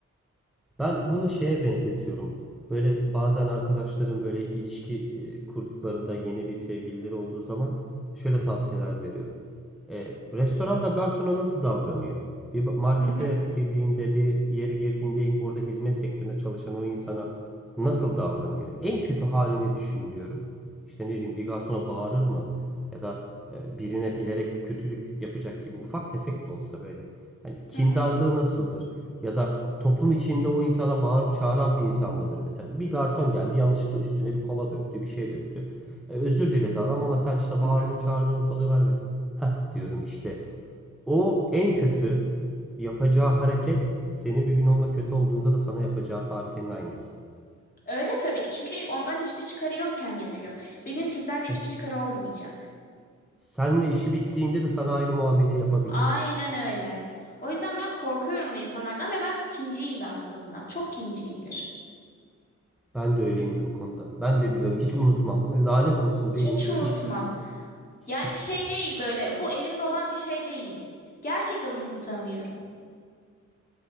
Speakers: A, in the centre; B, on the left (about 30°).
A: Ben bunu şeye benzetiyorum. Böyle bazen arkadaşlarım böyle ilişki e, kurduklarında yeni bir sevgilileri olduğu zaman şöyle tavsiyeler veriyorum. E, restoranda garsona nasıl davranıyor? Bir markete
B: Hı hı
A: girdiğinde, bir yere girdiğinde orada hizmet sektöründe çalışan o insana nasıl davranıyor? En kötü halini düşün diyorum. İşte ne bileyim bir garsona bağırır mı? Ya da e, birine bilerek bir kötülük yapacak gibi ufak tefek de olsa böyle. Hani kindarlığı
B: hı hı.
A: nasıldır? Ya da toplum içinde o insana bağırıp çağıran bir insan mıdır? Mesela bir garson geldi yanlışlıkla üstüne bir kola döktü, bir şey döktü. E, özür diledi adam ama sen işte
B: hı
A: bağırdın,
B: hı.
A: çağırdın, ortalığı ver ve Heh diyorum işte. O en kötü yapacağı hareket senin bir gün onunla kötü olduğunda da sana yapacağı tarifenin aynısı.
B: Öyle tabii ki çünkü ondan hiçbir çıkarı yokken yapıyor. Bir gün sizden de hiçbir
A: Evet.
B: çıkarı olmayacak.
A: Seninle işi bittiğinde de sana aynı muameleyi yapabilir.
B: Aynen öyle. O yüzden ben korkuyorum da insanlardan ve ben kinciyim de aslında. Çok kinciyimdir.
A: Ben de öyleyimdir o konuda. Ben de biliyorum. Hiç unutmam. Lanet olsun
B: Hiç
A: beynimiz
B: unutmam.
A: hiç tut hiç
B: Yani şey değil böyle bu elimde olan bir şey değil. Gerçekten unutamıyorum.